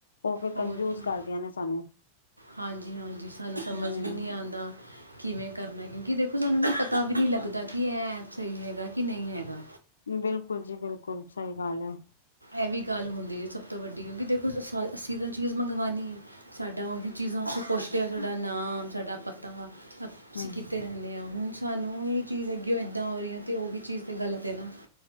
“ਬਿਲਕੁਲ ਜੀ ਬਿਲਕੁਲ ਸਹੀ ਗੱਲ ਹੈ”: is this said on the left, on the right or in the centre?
Left